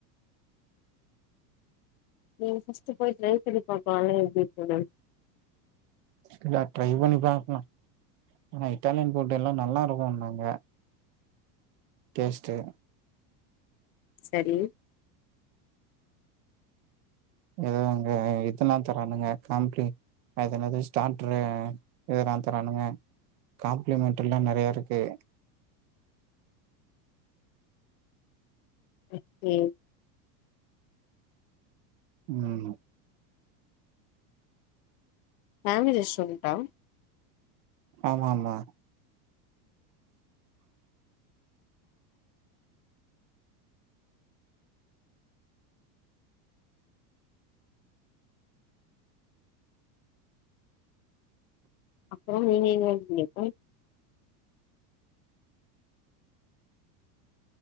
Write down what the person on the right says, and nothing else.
இல்ல ட்ரை பண்ணி பாக்கலா ஆனா இத்தாலியன் ஃபுட் எல்லா நல்லா இருக்குனாங்க டேஷ்ட்டு
எதோ அங்க இதனா தரானுங்க <unintelligible> அது என்னது ஸ்டாட்ரு இதா தரானுங்க காம்ப்ளிமென்ட்ரில்லா நெறைய இருக்கு
ம்
ஆமா ஆமா